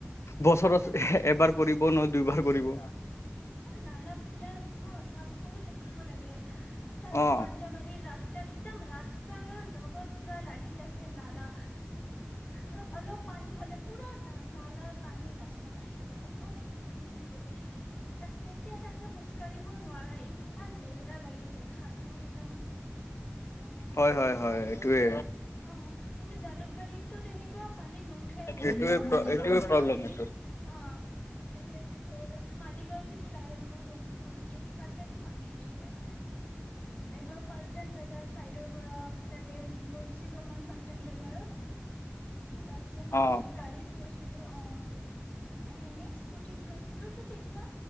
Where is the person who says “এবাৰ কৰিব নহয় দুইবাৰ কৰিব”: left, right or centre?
Left